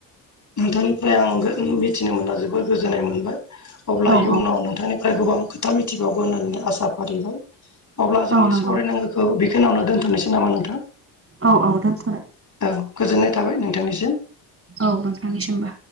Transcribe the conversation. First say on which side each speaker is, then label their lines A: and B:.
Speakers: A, on the left; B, on the right.
A: नोंथांनिफ्राय आं गो मिथिनो मोनना जोबोर गोजोननाय मोनबाय। अब्ला
B: औ
A: इयुनाव
B: औ
A: नोंथांनिफ्राय गोबां खोथा मिथिबावगोन होननानै आसा फारिबाय। अब्ला जोंनि
B: औ नंगौ
A: सावरायनांगौखौ बेखिनियावनो दोनथ'नोसै नामा नोंथां?
B: औ औ दोनथ'दो
A: औ गोजोननाय थाबाय नोंथांनिसिम।
B: औ नोंथांनिसिमबो।